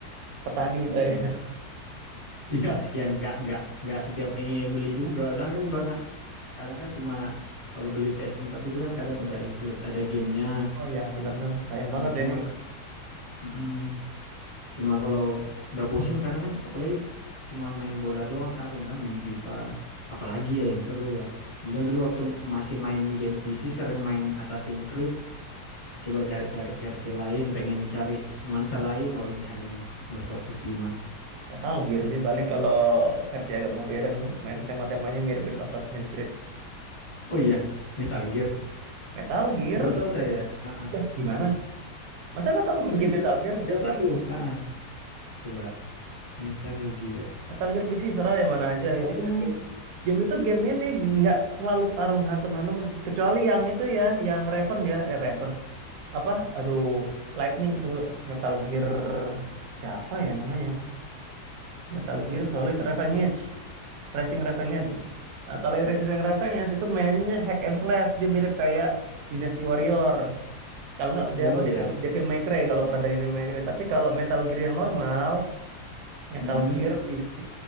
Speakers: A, on the right; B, on the left.
A: petani saya. <laughs>
B: <laughs> iya ya nggak nggak nggak setiap ini beli juga soalnya kan bahkan kadang kan cuma kalau beli PS4 itu kan kadang udah include ada gamenya
A: Oh ya bener sayang
B: Eh,
A: banget
B: cuma
A: ya ini.
B: ke- Mm-mm. Cuma kalau udah bosen kadang kan apalagi cuma main bola doang kadang kan main FIFA apalagi ya yang seru ya. Bulan dulu waktu masih main game PC sering main Assassin's Creed coba cari-cari versi lain pengen cari nuansa lain oh ini ada nih Ghost of Tsushima.
A: Metal Gear sih paling kalau versi agak modern main tema-temanya mirip-mirip Assassin's Creed.
B: Oh iya Metal Gear
A: Metal Gear,
B: baru tahu saya. Ah
A: lah gimana? Masa nggak tahu
B: Serius?
A: game Metal Gear?
B: Gak tahu. Ah Coba Metal Gear.
A: Metal Gear PC serah yang mana aja.
B: Oh
A: Dia game game itu game ini nggak selalu tarung hantam-hantam kecuali yang itu ya, yang Raven ya, eh Raven apa? Aduh, Lightning itu Metal Gear siapa ya namanya? Metal Gear Solid Revenge, Racing Revenge. Nah, kalau yang Racing Revenge itu mainnya hack and slash, dia mirip kayak Dynasty Warrior. Kalau nggak dia
B: oh
A: apa
B: ya.
A: Devil Devil May Cry kalau pernah ada Devil May Cry. Tapi kalau Metal Gear yang normal, Metal
B: Mm-mm.
A: Gear PC